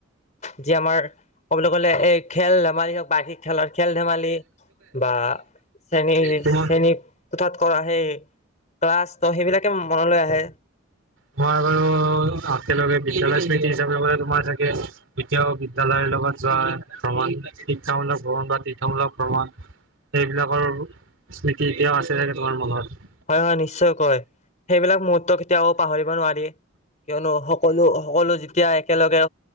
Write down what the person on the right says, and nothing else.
তোমাৰ
তোমাৰ বাৰু একেলগে বিদ্যালয় স্মৃতি হিচাপে গ'লে, তোমাৰ চাগে এতিয়াও বিদ্যালয়ৰ লগত যোৱা ভ্ৰমণ শিক্ষামূলক ভ্ৰমণ বা তীৰ্থমূলক ভ্ৰমণ এইবিলাকৰ স্মৃতি এতিয়াও আছে চাগে তোমাৰ মনত?